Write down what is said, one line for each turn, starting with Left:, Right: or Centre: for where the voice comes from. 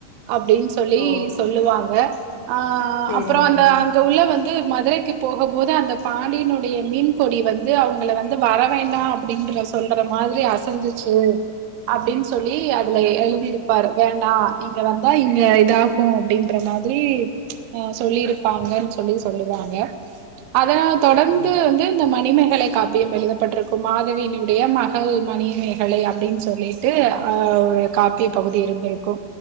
Right: அப்டின் சொல்லி
Left: ஓ
Right: சொல்லுவாங்க அ
Left: சேரிங்க
Right: அப்றோ
Left: மேடம்
Right: அந்த அங்க உள்ள வந்து மதுரைக்கு போகும்போது அந்த பா பாண்டியனுடைய மீன் கொடி வந்து அவுங்க வந்து வர வேண்டா அப்டின்ற சொல்ற மாதிரி அசஞ்சி சேரி அப்டின் சொல்லி அதுல எழுதிருக் பாரு வேண்டா இங்க வந்தா இங்க இதாகு அப்டின்ற மாதிரி ஆ சொல்லி இருப்பாங்கன்னு சொல்லி சொல்லுவாங்க அதனல
Left: அப்டிங்க மேடம்
Right: க்கு வந்து இந்த மணிமேகலை காப்பியம் எழுதப்பட்டிருக்கும் மாதவியினுடைய மகள் மணிமேகலை அப்டின் சொல்லி ல்லிட்டு ஒரு காப்பிய பகுதி இருந்திருக்கு